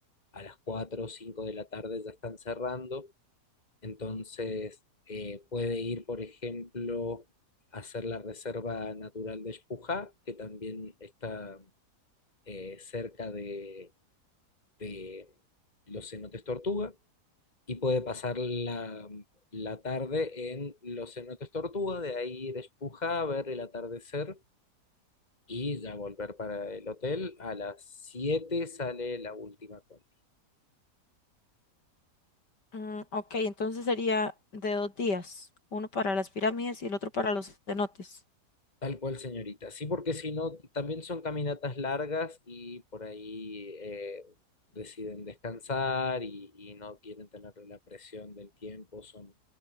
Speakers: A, on the left; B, on the left.
A: a las 4 o 5 de la tarde ya están cerrando, entonces eh, puede ir, por ejemplo, a hacer la Reserva Natural de Espujá, que también está eh, cerca de, de los cenotes Tortuga, y puede pasar la... la tarde en los cenotes Tortuga, de ahí ir a Espujá a ver el atardecer y ya volver para el hotel. A las 7 sale la última combi.
B: Mm, ok, entonces sería de dos días, uno para las pirámides y el otro para los cenotes.
A: Tal cual, señorita. Sí, porque si no, también son caminatas largas y por ahí eh, deciden descansar y, y no quieren tener la presión del tiempo. Son